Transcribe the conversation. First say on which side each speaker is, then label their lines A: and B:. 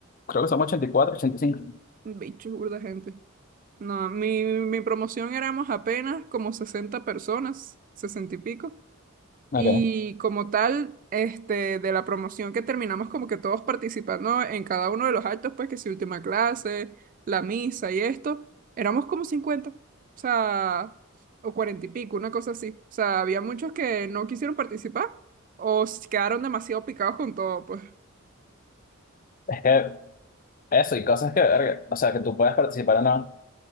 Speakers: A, on the left (about 40°); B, on the right (about 40°).
A: Creo que somos ochenta ochenta y cuatro ochenta y cinco
B: Bicho, burda gente. No, mi, mi promoción éramos apenas como 60 personas, 60 y pico.
A: Ok.
B: Y como tal, este, de la promoción que terminamos como que todos participando en cada uno de los actos, pues que si última clase, la misa y esto, éramos como 50 o sea, o 40 y pico, una cosa así. O sea, había muchos que no quisieron participar o se quedaron demasiado picados con todo, pues.
A: Es que eso, y cosas que, verga, o sea, que tú puedes participar o no.